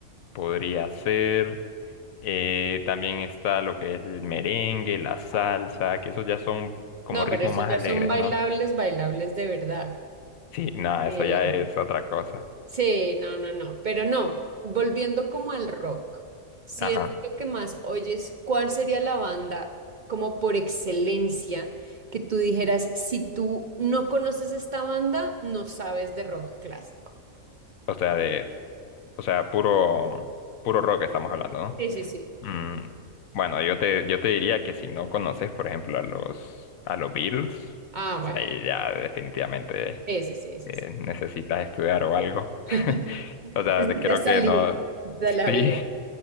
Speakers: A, on the left (about 80°); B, on the right (about 50°).
A: podría ser. Eh, también está lo que es el merengue, la salsa, que esos ya son como
B: No,
A: ritmos
B: pero esos
A: más
B: ya
A: alegres,
B: son bailables,
A: ¿no?
B: bailables de verdad.
A: Sí, nada,
B: Eh,
A: eso ya es otra cosa.
B: Sí, no, no, no, pero no, volviendo como al rock, si
A: Ajá.
B: es lo que más oyes, ¿cuál sería la banda como por excelencia que tú dijeras, si tú no conoces esta banda, no sabes de rock clásico?
A: O sea, de, o sea, puro, puro rock estamos hablando, ¿no?
B: Sí, sí, sí.
A: Mm, bueno, yo te, yo te diría que si no conoces, por ejemplo, a los, a los Beatles,
B: Ah,
A: o
B: bueno,
A: sea, ahí
B: sí,
A: ya definitivamente
B: sí, sí, sí.
A: eh,
B: sí.
A: necesitas estudiar o algo.
B: <laughs>
A: <laughs>
B: Necesitas
A: O sea, creo que
B: salir
A: no,
B: de la
A: sí.
B: vida.